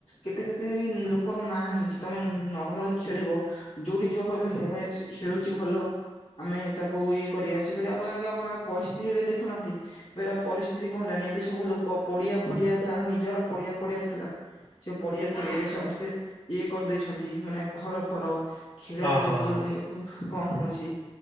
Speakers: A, on the left (about 80°); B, on the left (about 60°).
A: କେତେ କେତେ ଲୋକ ର ନାଁ ହେଇଚି ତମେ ନର୍ମାଲି ଖେଳିବ ଯୋଉଠି ଯିବ କହିବ ହେ ସେ ଖେଳୁଚି ଭଲ । ଆମେ ତାକୁ ଇଏ କରିବା ସିଏ କରିବା ଆପଣ ଆଜ୍ଞା ଆପଣ ପରିସ୍ଥିତି ଏବେ ଦେଖୁନାହାନ୍ତି ଏ ପରିସ୍ଥିତି କଣ ହେଲାଣି ଏବେ ସବୁ ଲୋକ ପଡିଆ ଫଡିଆ ଯାହାର ନିଜର ପଡିଆ ଫଡିଆ ଥିଲା ସେ ପଡିଆ ଫଡିଆରେ ସମସ୍ତେ ଇଏ କରିଦେଇଛନ୍ତି ମାନେ ଘର ଫର। ଖେଳିବା
B: ହଁ
A: ଯୋଗୁ
B: ହଁ ହଁ।
A: ମାନେ କମ ହଉଚି